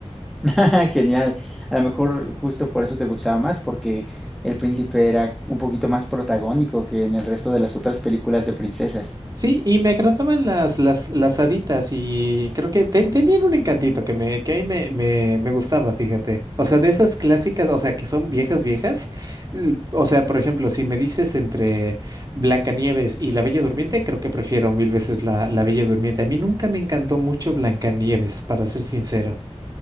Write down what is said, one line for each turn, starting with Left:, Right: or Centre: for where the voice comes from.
Centre: <laughs> Jaja, Genial. A lo mejor justo por eso te gustaba más, porque el príncipe era un poquito más protagónico que en el resto de las otras películas de princesas.
Right: Sí, y me agradaban las, las, las haditas y creo que ten- tenían un encantito que me, que a mí me, me, me gustaba, fíjate. O sea, de esas clásicas, o sea, que son viejas, viejas. mm, O sea, por ejemplo, si me dices entre Blancanieves y La Bella Durmiente, creo que prefiero mil veces la, la Bella Durmiente. A mí nunca me encantó mucho Blancanieves, para ser sincero.